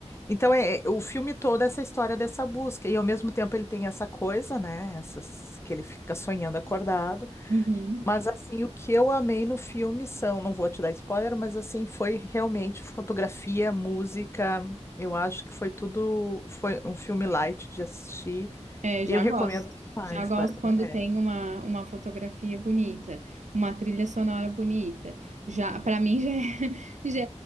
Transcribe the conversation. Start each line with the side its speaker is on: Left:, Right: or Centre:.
Left: Então é é, o filme todo é essa história dessa busca e ao mesmo tempo ele tem essa coisa, né, essas que ele fica sonhando acordado,
Right: Uhum.
Left: mas assim o que eu amei no filme são, não vou te dar spoiler, mas assim foi realmente fotografia, música, eu acho que foi tudo, foi um filme light de assistir
Right: É,
Left: e
Right: já
Left: eu recomendo
Right: gosto.
Left: demais,
Right: Já gosto
Left: Bárbara.
Right: quando
Left: É.
Right: tem uma, uma fotografia bonita, uma trilha sonora bonita. Já, para mim já é, <laughs> já